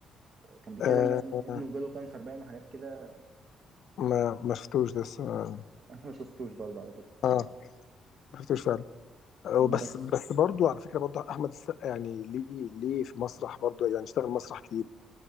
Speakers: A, on the right; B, on the left.
A: كان بيتكلم
B: آه
A: بقى إن ابنه جاله كانسر باين وحاجات كده
B: ما ما شفتوش ده لسه. آه
A: <laughs> أنا ما شفتوش برضه على فكرة يعني
B: آه، ما شفتوش فعلا آه، بس
A: بس
B: بس برضو على فكرة برضو احمد السقا يعني ليه ليه في مسرح برضو يعني اشتغل مسرح كتير